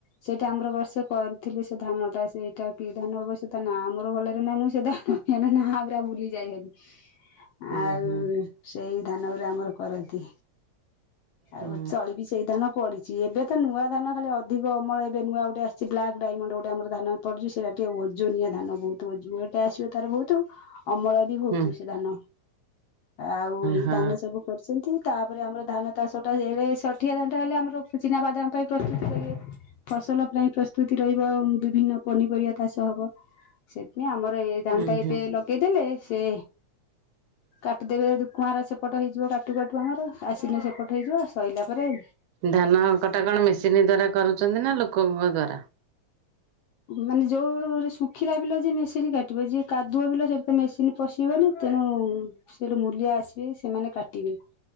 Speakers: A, on the left; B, on the right.
A: ସେଇଟା ଆମର ବର୍ଷେ କରିଥିଲି ସେ ଧାନଟା ସେଇଟା କି ଧାନ ଅବଶ୍ୟ ତା ନା ମୋର ଭଲରେ ନାହିଁ ମୁଁ ସେଟା ହେନା ନାଆଁ ବୁରା ବୁଲି ଯାଇ ହେଲି।
B: <inaudible>
A: ଆଉ
B: ହୁଁ
A: ସେଇ ଧାନ ଗୁରା ଆମର କରନ୍ତି। ଆଉ
B: ହୁଁ
A: ଚଳିବି ସେଇ ଧାନ ପଡିଛି ଏବେ ତ ନୂଆ ଧାନ ଖାଲି ଅଧିକ ଅମଳ ଏ ଏବେ ନୂଆ ଗୋଟେ ଆସିଛି ବ୍ଲାକ୍ ଡାଇମଣ୍ଡ ଗୋଟେ ଆମ ଧାନ ପଡଛି ସେଇରା ଟିକେ ଓଜନିଆ ଧାନ ବହୁତୁ ଓଜ ୱଟେ ଆସିବ ତାର ବହୁତୁ। ଅମଳ ବି ହଉଥିବ
B: ହୁଁ
A: ସେ ଧାନ, ଆଉ ଏଇ
B: ହଁ।
A: ଧାନ ସବୁ କର୍ଚନ୍ତି ତାପରେ ଆମର ଧାନ ଚାଷଟା ଏଡେ ଷଠିଆ ଧାନଟା ହେଲେ ଆମର ଚିନାବାଦାମ ପାଇଁ ପ୍ରସ୍ତୁତ କରିବେ। ଫସଲ ପାଇଁ ପ୍ରସ୍ତୁତି ରହିବ ବିଭିନ୍ନ ପନିପରିବା ଚାଷ ହବ। ସେଥିପାଇଁ ଆମର ଏ ଧାନ
B: ହୁଁ
A: ଟା
B: ହୁଁ
A: ଏବେ ଲଗେଇଦେଲେ ସେ
B: <inaudible>
A: କାଟିଦେବେ କୁଆଁର ସେପଟ ହେଇଯିବ କାଟୁ କାଟୁ ଆମର ଆସିନ ସେପଟ ହେଇଯିବ ସଇଲା ପରେ
B: ଧାନ କଟା କଣ ମେସିନ୍ ଦ୍ଵାରା କରୁଚନ୍ତି ନା ଲୋକଙ୍କ ଦ୍ଵାରା?
A: ମାନେ ଯୋଉ ଶୁଖିଲା ବିଲ ଯିଏ ମେସିନ କାଟିବ ଯିଏ କାଦୁଅ ବିଲ ସେଠି ତ ମେସିନ୍ ପଶିବନି ତେଣୁ ସେଠୁ ମୂଲିଆ ଆସିବେ ସେମାନେ କାଟିବେ